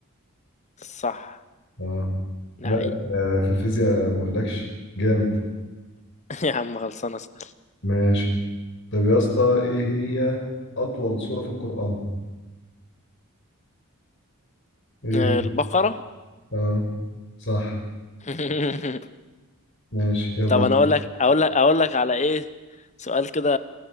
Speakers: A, on the left; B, on the left.
A: صح
B: اه
A: لا
B: لا
A: <laughs>
B: آه، في الفيزياء ما اقولكش جامد
A: يا عم خلصانة اسأل
B: ماشي طب يا اسطى ايه هي اطول سورة في القرآن ايه
A: آه، البقرة
B: اه صح
A: <laughs>
B: ماشي يلا
A: طب انا اقول لك اقول لك اقول لك على ايه سؤال كده